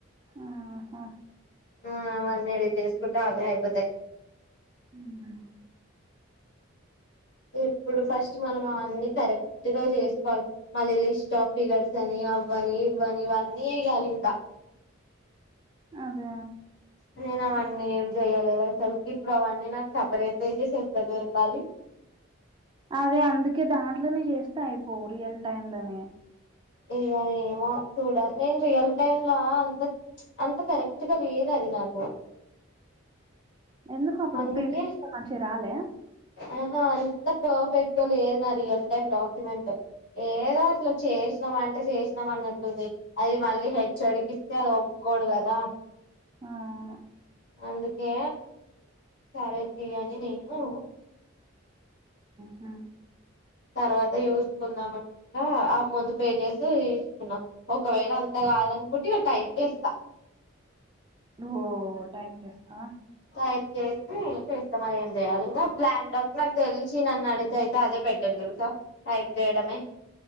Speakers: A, on the right (about 20°); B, on the left (about 55°).
A: ఆహా
B: ఆ అవన్నీ ఎడిట్ చేసుకుంటే అవే అయిపోతాయి
A: ఉమ్.
B: ఇప్పుడు ఫస్ట్ మనం అవన్నీ కరెక్ట్ గా చేసుకోవాలి మళ్ళీ లిస్ట్ ఆఫ్ ఫిగర్స్ అని అవ్వని ఇవ్వని ఇవన్నీ చేయాలి ఇంకా
A: అదే
B: నేను అవన్నీ
A: ఇప్-
B: ఏం చెయలేదు అసలుకి ఇప్పుడు అవన్నీ నాకు సపరేట్ పేజెస్ ఎట్లా దొరకాలి
A: అదే అందుకే దాంట్లోనే చేస్తా అయిపో రియల్ టైమ్ లోనే
B: ఇద ఏమో చూడాలి నేను రియల్ టైమ్ లో అంత అంత కరెక్ట్గా లేదు అది నాకు
A: ఎందుకు అప్పుడు
B: అందుకె
A: ప్రింట్ తీస్తే మంచిగా రాలే
B: ఆహా అంత పర్ఫెక్ట్ లేదు నా రియల్ టైమ్ డాక్యుమెంట్ ఏదో అట్ల చేసినాం అంటే చేసినాం అన్నట్టుంది అది మళ్ళీ హె చె. ఒడి కిస్తే అది ఒప్పుకోడు కదా.
A: అవును
B: అందుకే సరే ప్రియని నేను
A: హ
B: తర్వాత చూసుకుందాం అన్నట్టుగా ఆ ముందు పేజేసి తీసుకున్నాం ఒకవేళ అంతగాదు ను కుంటే టైప్ చేస్తా.
A: ఓ టైప్ చేస్తవా.
B: టైప్ చేసి చేస్తా మరి ఏం చేయాలి ఇగా ప్లాన్ ప్నకి తెలిసి నన్ను అడిగీతే అయితే అదే బెటర్ తెల్సా టైప్ చేయడమే.